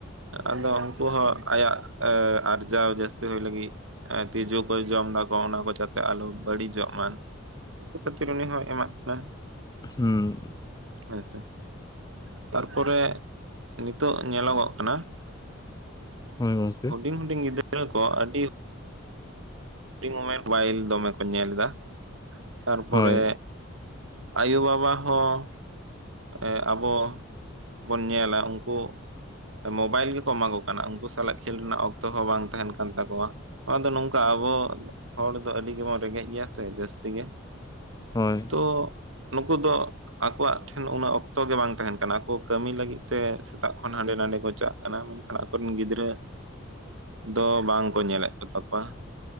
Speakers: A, on the right (about 70°); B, on the left (about 20°).
A: ᱟᱫᱚ ᱩᱱᱠᱩ ᱦᱚᱸ ᱟᱭᱟᱜ ᱮᱸᱻ ᱟᱨᱡᱟᱣ ᱡᱟᱹᱥᱛᱤ ᱦᱳᱤ ᱞᱟᱹᱜᱤᱫ ᱮ ᱛᱤᱡᱩ ᱠᱚ ᱡᱚᱢ ᱫᱟᱠᱚ ᱚᱱᱟ ᱠᱚ ᱡᱟᱛᱮ ᱟᱞᱚ ᱵᱟᱹᱲᱤᱡᱚᱼᱜ ᱢᱟ᱾ ᱩᱱᱠᱩ ᱠᱷᱟᱹᱛᱤᱨ ᱩᱱᱤ ᱦᱚᱸᱭ ᱮᱢᱟᱜ ᱠᱟᱱᱟ ᱾
B: ᱦᱩᱸ
A: ᱟᱪᱪᱷᱟ <unintelligible> ᱛᱟᱨᱯᱚᱨᱮ ᱱᱤᱛᱚᱜ ᱧᱮᱞᱚᱜᱚᱼᱜ ᱠᱟᱱᱟ
B: ᱦᱳᱭ ᱜᱚᱝᱠᱮ
A: ᱦᱩᱰᱤᱧ ᱦᱩᱰᱤᱧ ᱜᱤᱫᱽᱨᱟᱹ ᱠᱚ ᱟᱹᱰᱤ ᱦᱩᱰᱤᱧ ᱩᱢᱮᱨ ᱢᱳᱵᱟᱭᱤᱞ ᱫᱚᱢᱮ ᱠᱚ ᱧᱮᱞ ᱮᱫᱟ ᱛᱟᱨᱯᱚᱨᱮ
B: ᱦᱳᱭ
A: ᱟᱭᱳᱼᱵᱟᱵᱟ ᱦᱚᱸ ᱮᱸᱻ ᱟᱵᱚ ᱵᱚᱱ ᱧᱮᱞᱟ ᱩᱱᱠᱩ ᱢᱳᱵᱟᱭᱤᱞ ᱜᱮᱠᱚ ᱮᱢᱟ ᱠᱚ ᱠᱟᱱᱟ, ᱩᱱᱠᱩ ᱥᱟᱞᱟᱜ ᱠᱷᱮᱞ ᱨᱮᱱᱟᱜ ᱚᱠᱛᱚ ᱦᱚᱸ ᱵᱟᱝ ᱛᱟᱦᱮᱱ ᱠᱟᱱ ᱛᱟᱠᱚᱣᱟ ᱱᱚᱣᱟᱫᱚ ᱱᱚᱝᱠᱟ ᱟᱵᱚ ᱦᱚᱲ ᱫᱚ ᱟᱹᱰᱤ ᱜᱮ ᱵᱚᱱ ᱨᱮᱸᱜᱮᱡ ᱜᱮᱭᱟ ᱥᱮ ᱡᱟᱹᱥᱛᱤ ᱜᱮ
B: ᱦᱳᱭ ᱾
A: ᱠᱚ ᱱᱩᱠᱩ ᱫᱚ ᱟᱠᱚᱣᱟᱼᱜ ᱴᱷᱮᱱ ᱩᱱᱟᱹᱜ ᱚᱠᱛᱚ ᱜᱮ ᱵᱟᱝ ᱛᱟᱦᱮᱱ ᱠᱟᱱᱟ, ᱟᱠᱚ ᱠᱟᱹᱢᱤ ᱞᱟᱹᱜᱤᱫ ᱛᱮ ᱥᱮᱛᱟᱜ ᱠᱷᱚᱱ ᱦᱟᱸᱰᱮ ᱱᱟᱰᱮ ᱠᱚ ᱪᱟᱜ ᱠᱟᱱᱟ ᱢᱮᱱᱠᱷᱟᱱ ᱟᱠᱚ ᱨᱮᱱ ᱜᱤᱫᱽᱨᱟᱹ ᱟᱜ ᱫᱚ ᱵᱟᱝ ᱠᱚ ᱧᱮᱞᱮᱫ ᱠᱚ ᱛᱟᱠᱚᱣᱟ